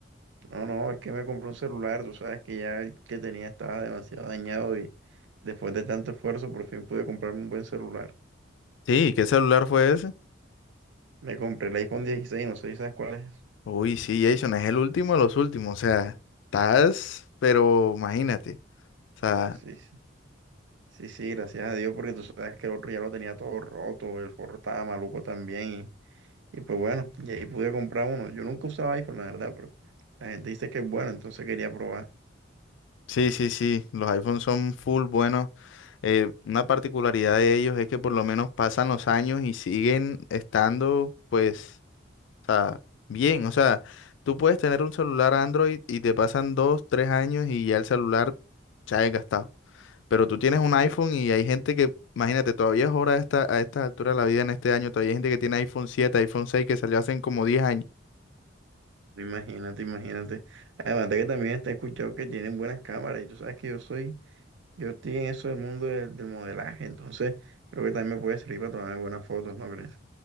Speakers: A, on the right; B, on the left.
A: No, no, es que me compré un celular, tú sabes que ya el que tenía estaba demasiado dañado y después de tanto esfuerzo por fin pude comprarme un buen celular.
B: Sí, ¿qué celular fue ese?
A: Me compré el iPhone 16, no sé si sabes cuál es.
B: Uy, sí, Jason, es el último de los últimos. O sea, estás, pero imagínate. O sea,
A: Sí, sí, sí, sí, gracias a Dios porque tú sabes que el otro ya lo tenía todo roto, el forro estaba maluco también Y pues bueno, y ahí pude comprar uno. Yo nunca usaba iPhone, la verdad, pero la gente dice que es bueno, entonces quería probar.
B: sí, sí, sí, los iPhones son full buenos. Eh, una particularidad de ellos es que por lo menos pasan los años y siguen estando, pues, o sea, bien. O sea, tú puedes tener un celular Android y te pasan dos, tres años y ya el celular se ha desgastado. Pero tú tienes un iPhone y hay gente que, imagínate, todavía es hora a esta, a esta altura de la vida en este año, todavía hay gente que tiene iPhone 7 iPhone seis que salió hace como diez años.
A: Imagínate, imagínate. Además de que también te he escuchado que tienen buenas cámaras y tú sabes que yo soy, yo estoy en eso del mundo del, del modelaje, entonces creo que también me puede servir para tomar buenas fotos, ¿no crees?